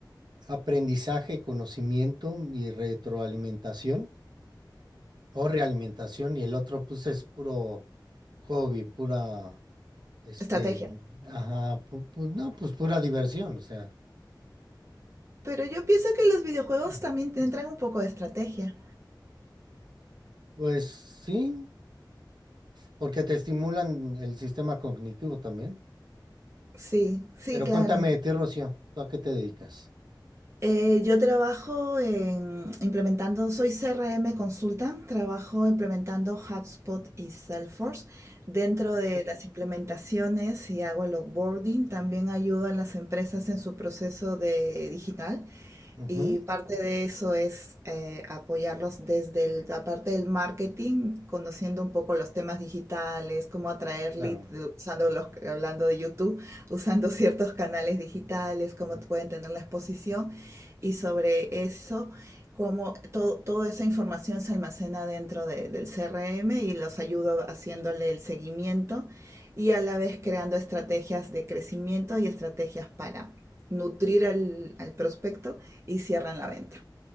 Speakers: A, on the right; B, on the right.
A: aprendizaje, conocimiento y retroalimentación. o realimentación y el otro pues es puro hobby, pura, este,
B: estrategia.
A: ajá, pu- pu- no, pues pura diversión, o sea,
B: Pero yo pienso que los videojuegos
A: Mm.
B: también te entran un poco de estrategia.
A: pues sí, porque te estimulan el sistema cognitivo también.
B: Sí, sí,
A: Pero
B: claro.
A: cuéntame de ti, Rocío, ¿tú a qué te dedicas?
B: Eh, yo trabajo en implementando, soy CRM Consultant, trabajo implementando HubSpot y Salesforce. Dentro de las implementaciones y hago el onboarding, también ayudo a las empresas en su proceso de digital.
A: Ujú,
B: Y
A: ujú,
B: parte de eso es eh, apoyarlos desde el- la parte del marketing, conociendo un poco los temas digitales, cómo atraer
A: claro.
B: leads de- usando los, hablando de YouTube, <laughs> usando ciertos canales digitales, cómo pueden tener la exposición y sobre eso, cómo to- toda esa información se almacena dentro de- del CRM y los ayudo haciéndole el seguimiento y a la vez creando estrategias de crecimiento y estrategias para nutrir al, al prospecto y cierran la venta.